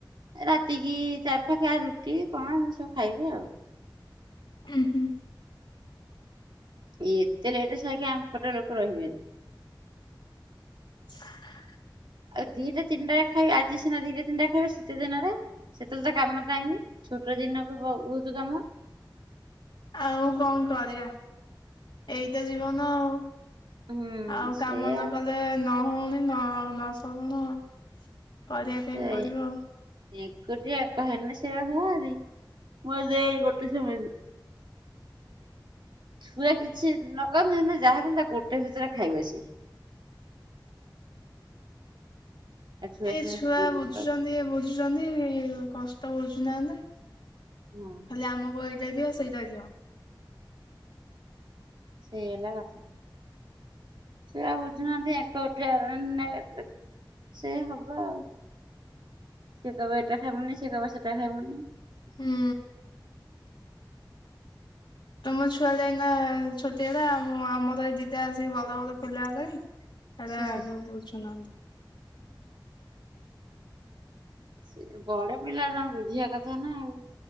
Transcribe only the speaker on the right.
ରାତିକି ଚାରି ପାାଖଆ ରୁଟି କଣ ଏ ସବୁ ଖାଇବେ ଆଉ।
ଏତେ ଲେଟ୍ ସାଇକି ଆମେ ପଟ ଲୋକ ରହିବେନି।
ଆଉ ଦିଟ ତିନିଟା ଖାଇବେ ଆଜିି ସିନା ଦିଟା ତିନିଟା ରେ ଖାଇବେ ଶିତ ଦିନରେ। ସେତେବେଳେ ତ କାମ ନାହିଁ, ଛୋଟ ଦିନକୁ ବହୁତ୍ କାମ।
ହୁଁ
ସେଇଆ।
ସେଇ
ଏକୁଟିଆ ଏକା ହେନେ ସେୟା ହୁଏ ଭାରି ମୋ ଦେଇ ଗୋଟେ ସେମିତି। ଛୁଆ କିଛି ନ କନେ ହେନେ ଯାହା ବି ହେନେ ଗୋଟେ ଭିତରେ ଖାଇବେ ସେ। ଆଉ
ସିନା
ସ୍କୁଲ
ପଳେଇଲେ
<unintelligible>
ସେଇ ହେଲା କଥା ଛୁଆ ବୁଝୁନାହାନ୍ତି <unintelligible> ସେ ହବ ସେ କହିବେ ଏଟା ଖାଇବୁନି ସେ କହିବ ସେଟା ଖାଇବୁନି।
ସେ ସେ ସେ ବଡ ପିଲା ଜଣ ବୁଝିବା କଥା ନା ଆଉ।